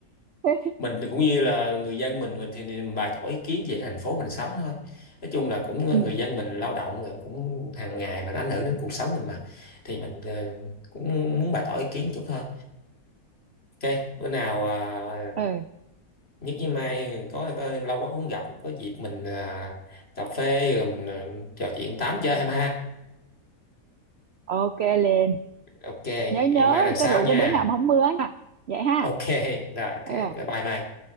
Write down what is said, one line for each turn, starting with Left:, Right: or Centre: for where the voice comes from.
Right: <laughs>
Left: mình thì cũng như là người dân mình mình thì mình bày tỏ ý kiến về cái thành phố mình sống thôi nói chung là cũng ờ,
Right: ừ.
Left: người dân mình lao động rồi cũng hàng ngày mà nó ảnh hưởng đến cuộc sống mình mà thì mình ờ, cũng muốn bày tỏ ý kiến chút thôi ok bữa nào à,
Right: ừ
Left: nhất với mai có, có lâu quá không gặp có dịp mình à, cà phê rồi mình, ờ, trò chuyện tám chơi em ha
Right: ok liền
Left: ok
Right: nhớ nhớ
Left: hẹn mai lần sau
Right: cái rượu
Left: nha
Right: cái bữa nào mà không mưa nha vậy ha
Left: ok rồi ok
Right: ừ.
Left: bye bye mai